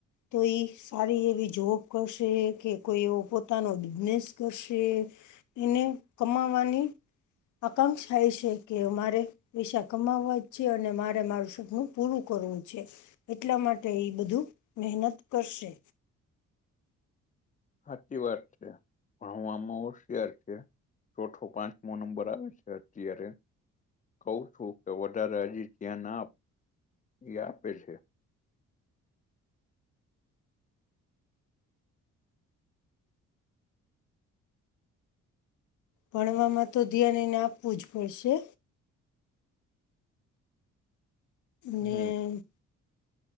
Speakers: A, on the left; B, on the left.
A: તો ઈ સારી એવી જોબ કરશે, કે કોઈ એવો પોતાનો બિઝનેસ કરશે. એને કમાવાની આકાંક્ષા એ શે કે અમારે પૈશા કમાવા હોય છે અને મારે મારું સપનું પૂરું કરવું છે. એટલા માટે એ બધું મહેનત કરશે.
B: હાતી વાત છે, ભણવામાં હોશિયાર છે. ચોથો પાંચમો નંબર આવે છે અત્યારે. કહુ છું કે વધારે હજી ધ્યાન આપ, ઈ આપે છે.
A: ભણવામાં તો ધ્યાન એને આપવુંજ પડશે. ને
B: હમ